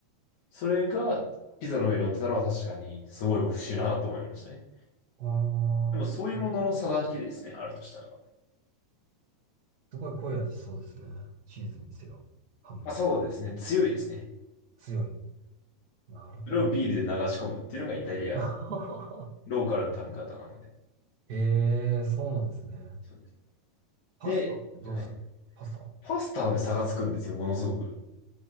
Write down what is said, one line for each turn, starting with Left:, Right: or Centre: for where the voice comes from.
Left: それがピザの上に乗ってたのは確かにすごい美味しいなと思いましたね。
Right: ああ、
Left: でもそういうものの差だけですね、あるとしたら。
Right: すごい濃い味そうですね。チーズにせよ、ハムにせよ。
Left: まあ、そうですね、強いですね。
Right: 強い。なるほど。
Left: それをビールで流し込むっていうのがイタリアの
Right: <laughs>
Left: ローカルの食べ方なので。
Right: ええ、そうなんですね。
Left: そうです。
Right: パスタってどうですかパスタ。
Left: で、はい。パスタはね、差がつくんですよ、ものすごく。